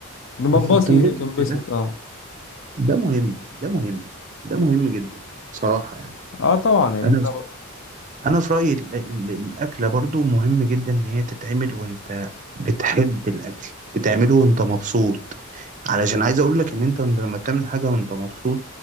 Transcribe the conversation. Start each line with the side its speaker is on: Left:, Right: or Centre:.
Left: بنبسط
Right: بس بتنبسط
Left: بنبسط
Right: في الآخر
Left: اه
Right: ده مهم ده مهم ده مهم جدا بصراحة يعني
Left: اه طبعا يعني
Right: انا
Left: انت
Right: انا في رايي ال- ال- الاكله برضو مهم جدا ان هي تتعمل وانت بتحب الاكل بتعمله وانت مبسوط علشان عايز اقول لك ان انت وانت لما بتعمل حاجه وانت مبسوط